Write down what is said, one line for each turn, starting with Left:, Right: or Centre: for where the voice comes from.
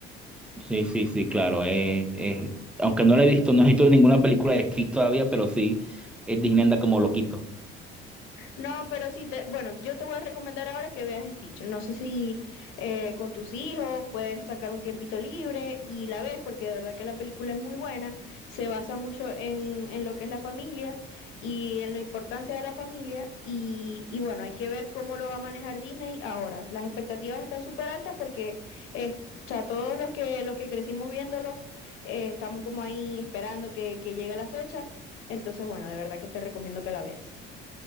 Centre: Sí, sí, sí, claro. eh, eh, aunque no la he visto, no he visto ninguna película de Stitch todavía, pero sí, eh, Disney anda como loquito.
Left: No, pero sí, te, bueno, yo te voy a recomendar ahora que veas Stitch. No sé si eh, con tus hijos puedes sacar un tiempito libre y la ves, porque de verdad que la película es muy buena, se basa mucho en, en lo que es la familia y en la importancia de la familia y, y bueno, hay que ver cómo lo va a manejar Disney ahora. Las expectativas están súper altas porque eh, o sea, todos los que, los que crecimos viéndolo, eh, estamos como ahí esperando que, que llegue la fecha. Entonces, bueno, de verdad que te recomiendo que la veas.